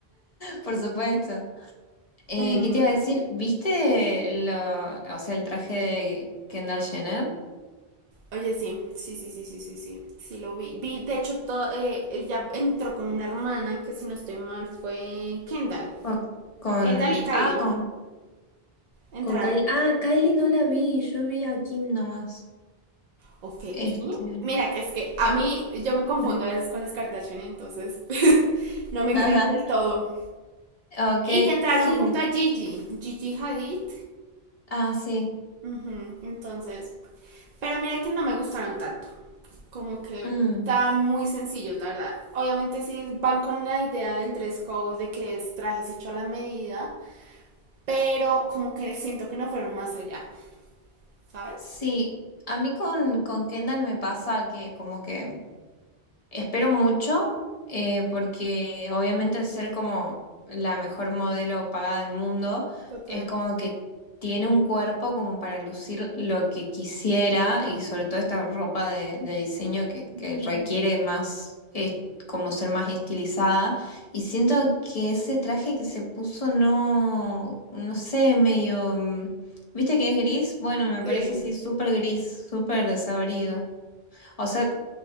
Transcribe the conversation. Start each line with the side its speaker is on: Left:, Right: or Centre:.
Left: Por supuesto. Eh,
Right: Mm,
Left: ¿qué te iba a decir? ¿Viste lo, o sea, el traje de Kendall Jenner?
Right: Oye, sí, sí, sí, sí, sí, sí, sí, sí lo vi. Vi, de hecho, todo, eh, ella entró con una hermana que si no estoy mal fue Kendall.
Left: Con, con-
Right: Kendall y Kylie
Left: ah, con,
Right: entraron
Left: Con Kylie. Ah, Kylie no la vi, yo vi a Kim. nomás.
Right: ¿O fue Kim?
Left: Este.
Right: Mira, que es que a mí yo me confundo
Left: <laughs>
Right: a veces con las Kardashian, entonces <laughs> no me
Left: Ajá.
Right: creas del todo.
Left: Ok,
Right: Y que entraron
Left: sí.
Right: junto a Gigi, Gigi Hadid.
Left: Ah, sí.
Right: Ujú, Entonces, pero mira que no me gustaron tanto. Como que
Left: Mm,
Right: estaban muy sencillos, la verdad. Obviamente sí van con la idea del dress code, de que es trajes hecho a la medida, pero como que siento que no fueron más allá, ¿sabes?
Left: sí. A mí con, con Kendall me pasa que como que Espero mucho, eh, porque obviamente al ser como la mejor modelo pagada del mundo,
Right: Total.
Left: es como que tiene un cuerpo como para lucir lo que quisiera y sobre todo esta ropa de, de diseño que, que
Right: Ujú.
Left: requiere más, eh, como ser más estilizada. Y siento que ese traje que se puso no, no sé, medio... mm, ¿Viste que es gris? Bueno, me
Right: Sí.
Left: parece así súper gris, súper desabrido. O sea...